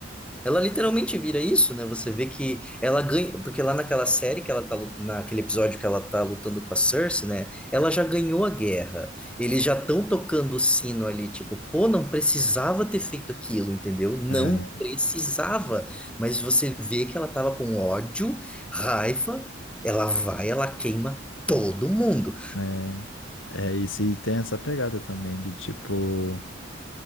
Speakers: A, in the centre; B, on the left.
A: Ela literalmente vira isso, né? Você vê que ela ganha, porque lá naquela série que ela tá, lu- naquele episódio que ela tá lutando com a Cersei, né? Ela já ganhou a guerra. Eles já estão tocando o sino ali, tipo, pô, não precisava ter feito aquilo, entendeu? Não
B: é,
A: precisava. Mas você vê que ela tava com ódio, raiva, ela vai, ela queima todo mundo.
B: é. É, e se tem essa pegada também de, tipo.